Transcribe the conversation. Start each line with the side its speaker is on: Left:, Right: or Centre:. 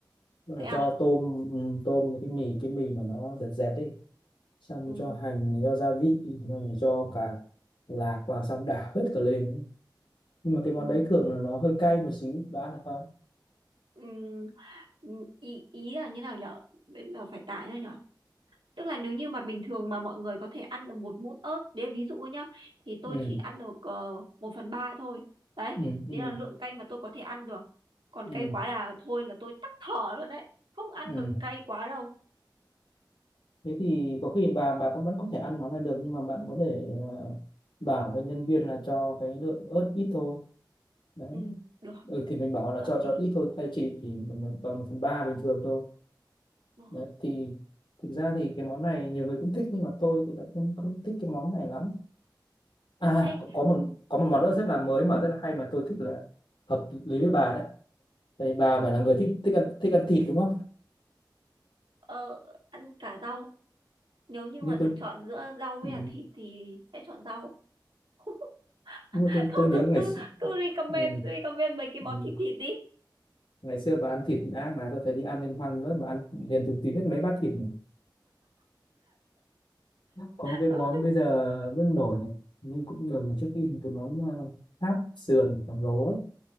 Left: Tức là
Right: Thế à?
Left: cho tôm ừ, tôm với cái mì cái mì mà nó dẹt dẹt ấy xong
Right: Ừ,
Left: cho hành cho gia vị xong rồi cho cả lạc vào xong đảo hết cả lên nhưng mà cái món
Right: ừ,
Left: đấy thường là nó hơi cay một xíu bạn ăn được không
Right: ừ, ừ, ý, ý là như nào nhở? Bây giờ phải tải nhở? Tức là nếu như mà bình thường mà mọi người có thể ăn được một muỗng ớt, đấy ví dụ ấy nhá, thì tôi
Left: ừ
Right: chỉ ăn được uh, 1 phần 3 thôi. Đấy,
Left: ừ ừ
Right: đấy là lượng cay mà tôi có thể ăn được. Còn
Left: ừ
Right: cay quá là thôi là tôi tắc thở luôn đấy. Không ăn
Left: ừ
Right: được cay quá đâu.
Left: thế thì có khi bà bà cũng vẫn có thể ăn món này được nhưng mà bạn có thể ờ, bảo với nhân viên là cho cái lượng ớt ít thôi đấy
Right: Ừ, được,
Left: ừ, thì mình bảo họ là
Right: hợp
Left: cho
Right: lý.
Left: cho ít thôi thay chỉ thì một bằng một phần ba bình thường thôi
Right: Ờ.
Left: đấy thì thực ra thì cái món này nhiều người cũng thích nhưng mà tôi thì lại không không thích cái món này lắm à
Right: Ê,
Left: có, có một
Right: ừ,
Left: có một món
Right: ơi,
Left: nữa rất là mới mà rất là hay mà tôi thích là hợp lý với bà đấy tại bà
Right: ờ,
Left: phải là
Right: món
Left: người thích
Right: gì?
Left: thích ăn thích ăn thịt đúng không
Right: Ờ, ăn cả rau. Nếu như
Left: như
Right: mà được
Left: tôi
Right: chọn giữa rau với
Left: ừ,
Right: là thịt thì sẽ chọn rau. <laughs>
Left: nhưng mà tôi
Right: Thôi
Left: tôi nhớ
Right: cứ
Left: ngày
Right: cứ
Left: xưa
Right: cứ recommend
Left: ừ,
Right: recommend mấy cái
Left: ừ,
Right: món thịt thịt đi.
Left: ngày xưa bà ăn thịt ác mà tôi thấy đi ăn liên hoan nữa bà ăn liền từ tí hết mấy bát thịt mà có
Right: <laughs>
Left: cái món bây giờ rất nổi này nhưng cũng nhiều lần trước đi thì cái món ờ, tháp sườn khổng lồ ấy